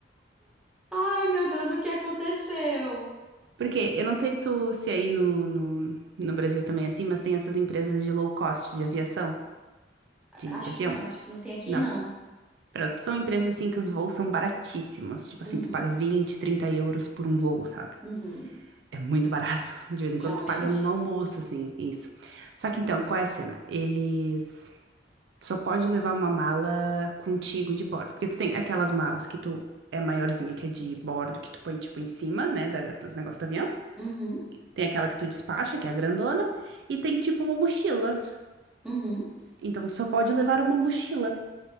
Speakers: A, in the centre; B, on the right.
A: Ai, meu Deus, o que aconteceu?
B: Porque eu não sei se tu, se aí no, no, no Brasil também é assim, mas tem essas empresas de low cost de aviação, de,
A: Acho
B: de avião.
A: que não, acho que não tem aqui,
B: Não.
A: não.
B: Pra- São empresas assim que os voos são baratíssimos. Tipo
A: Uhum,
B: assim, tu paga 20, 30 euros por um voo, sabe?
A: uhum.
B: É muito barato. <laughs> De vez em quando
A: Realmente?
B: tu paga num almoço, assim, isso. Só que então, qual é a cena? Eles só pode levar uma mala contigo de bordo. Porque tu tem aquelas malas que tu é maiorzinha, que é de bordo, que tu põe tipo em cima, né, da- dos negócios do avião.
A: Uhum,
B: Tem aquela que tu despacha, que é a grandona, e tem tipo uma mochila.
A: uhum.
B: Então tu só pode levar uma mochila.